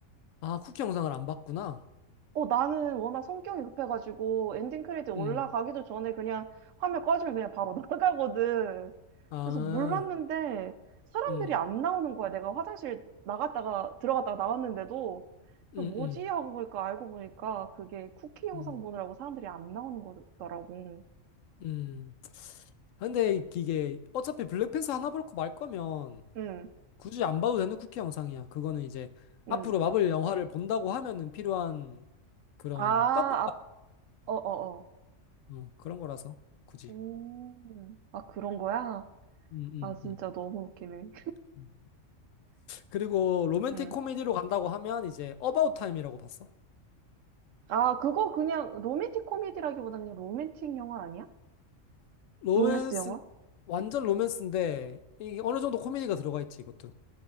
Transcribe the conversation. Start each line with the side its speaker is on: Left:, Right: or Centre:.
Left: 아, 쿠키 영상을 안 봤구나.
Right: 어 나는 워낙 성격이 급해가지고 엔딩 크레딧 올라가기도
Left: 음,
Right: 전에 그냥 화면 꺼지면 그냥 바로 <laughs> 나가거든
Left: 아,
Right: 그래서 몰랐는데 사람들이
Left: 응
Right: 안 나오는 거야 내가 화장실 나갔다가 들어갔다가 나왔는데도
Left: 음,
Right: 또 뭐지
Left: 음,
Right: 하고 보니까 알고 보니까 그게 쿠키 영상
Left: 음,
Right: 보느라고 사람들이 안 나오는 거더라고.
Left: 음. 근데 이게 어차피 블랙팬서 하나 볼 거 말 거면
Right: 응,
Left: 굳이 안 봐도 되는 쿠키 영상이야. 그거는 이제
Right: 응.
Left: 앞으로 마블 영화를 본다고 하면은 필요한 그런
Right: 아,
Left: 떡밥
Right: 앞, 어, 어, 어.
Left: 어, 그런 거라서 굳이.
Right: 음, 아, 그런 거야?
Left: 음, 음,
Right: 아, 진짜
Left: 음.
Right: 너무 웃기네.
Left: 음. 그리고 로맨틱
Right: 응.
Left: 코미디로 간다고 하면 이제 어바웃 타임이라고 봤어.
Right: 아, 그거 그냥 로맨틱 코미디라기보다는 그냥 로맨틱 영화 아니야?
Left: 로맨스
Right: 로맨스 영화?
Left: 완전 로맨스인데 이게 어느 정도 코미디가 들어가 있지 이것도.